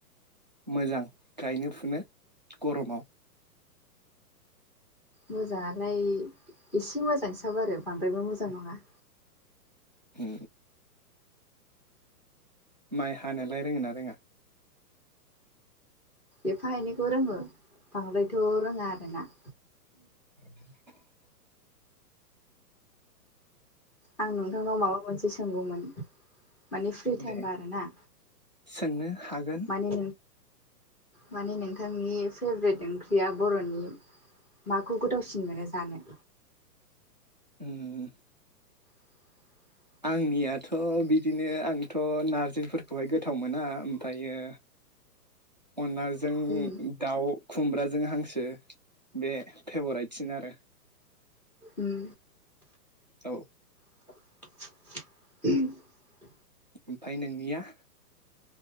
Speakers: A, on the right; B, in the centre.
A: मोजां गायनो फुनो गरमाव
B: मोजांङालाय एसे मोजांसाब आरो बांद्रायबो मोजां नंङा
A: ओ माइ हानायोलाय रोङो ना रोङा
B: एफा एनैखौ रोङो बांद्रायथ' रोङा आरोना
A: <inaudible>
B: आं नोंथांनाव माबा मोनसे सोंगौमोन माने फ्रि टाइमबा
A: दे
B: आर ना
A: सोंनो हागोन
B: माने माने नोंथांनि फेभ्रेट ओंख्रिया बर'नि माखौ गोदावसिन मोनो जानो
A: उम
B: <inaudible>
A: आंनियाथ' बिदिनो आंथ' नारजिफोरखौहाय गोथाव मोना ओमफ्रायो अनलाजों
B: उम
A: दाउ खुमब्राजों हांसो बे फेभराइटसिन आरो
B: उम
A: औ
B: <inaudible>
A: ओमफ्राय नोंनिया